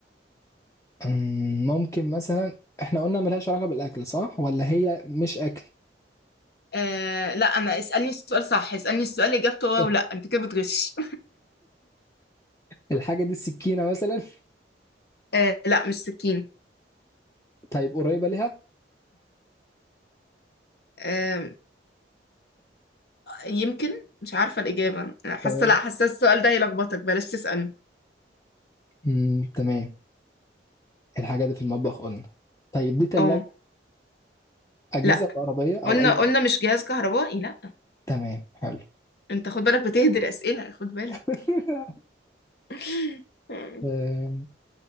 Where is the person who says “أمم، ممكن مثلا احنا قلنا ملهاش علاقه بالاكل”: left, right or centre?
Left